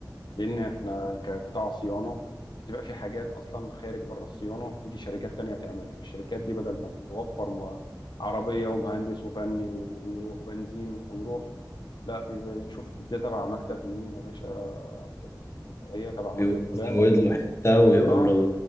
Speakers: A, on the left; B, on the left.
A: لان احنا كقطاع صيانه بتبقى في حاجات اصلا خارج بره الصيانه بتيجي شركات تانية تعملها الشركات دي بدل ما توفر م- عربيه ومهندس وفني و- ويروح وبنزين ويروح لا بيشوف ده تبع مكتب مين يا باشا في الجمهوريه تبع مكتب
B: يزود
A: فلان
B: له حته ويقول
A: اه
B: له